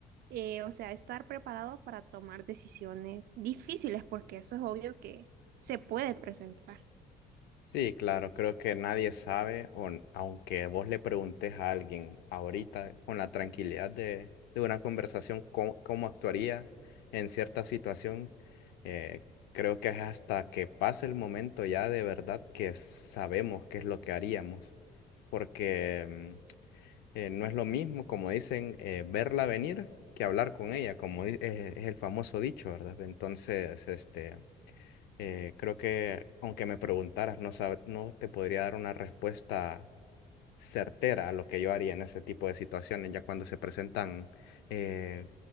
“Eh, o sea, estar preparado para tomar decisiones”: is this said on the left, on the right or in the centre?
Right